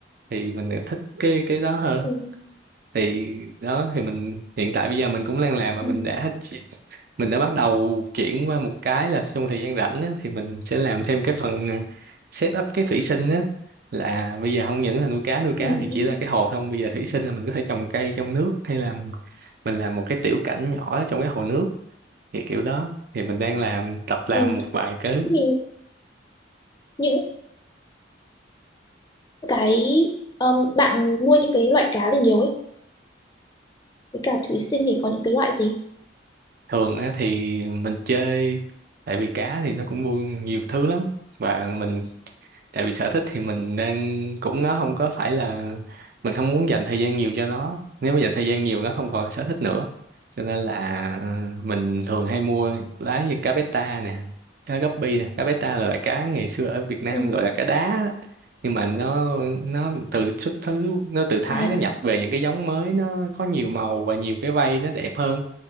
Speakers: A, on the right; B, on the left.
A: thì mình thích cái cái đó hơn
B: Ừ.
A: thì đó thì mình hiện tại bây giờ mình cũng đang làm mà
B: Ừ.
A: mình đã mình đã bắt đầu chuyển qua một cái là trong thời gian rảnh á, thì mình sẽ làm thêm cái phần à, set up cái thủy sinh á là bây giờ không những là nuôi cá nuôi cá
B: Ừ.
A: thì
B: Ừ.
A: chỉ là cái hồ không bây giờ thủy sinh là mình có thể trồng cây trong nước hay là mình mình làm một cái tiểu cảnh nhỏ trong cái hồ nước thì kiểu đó thì mình đang làm tập làm
B: Ừ.
A: một vài cái
B: Thì những cái um, bạn nuôi những cái loại cá gì nhiều ấy với cả thủy sinh thì có những cái loại gì
A: thường á thì mình chơi tại vì cá thì nó cũng mua nhiều thứ lắm và mình tại vì sở thích thì mình đang cũng nó không có phải là mình không muốn dành thời gian nhiều cho nó nếu mà dành thời gian nhiều nó không còn sở thích nữa cho nên là ờ, mình thường hay mua lá như cá beta nè cá guppy nè cá beta là loại cá ngày xưa ở Việt Nam
B: ừ.
A: gọi là cá đá đó. nhưng mà nó nó từ xuất xứ nó từ Thái
B: à
A: nó nhập về những cái giống mới nó có nhiều màu và nhiều cái vây nó đẹp hơn